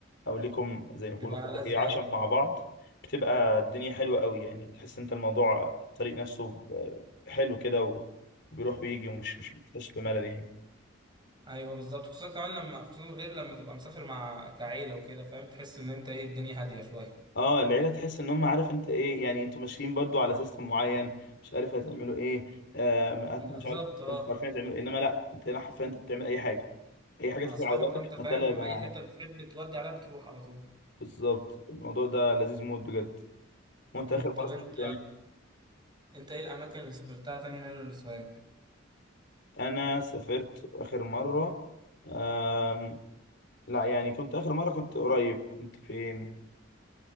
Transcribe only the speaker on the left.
او ليكم زي ما
بيقولوا كده
ايه
عشم مع بعض بتبقى الدنيا حلوة قوي يعني تحس انت الموضوع الطريق نفسه آه، حلو كده و- وبيروح ويجي ومش مش بتحس بملل يعني
اه العيله تحس ان هم عارف انت ايه يعني انتوا ماشيين برضو على سيستم معين مش عارف هتعملوا ايه آه
مش عارف
انتوا عارفين هتعملوا ايه انما لا انت هنا حرفيا انت بتعمل اي حاجه اي حاجه
تدخل
على بالك
ما يلا يا جماعه
بالظبط الموضوع ده لذيذ موت بجد وانت
اخر
مره سافرت
امتى
انا سافرت اخر مره آم لا يعني كنت اخر مره كنت قريب كنت فين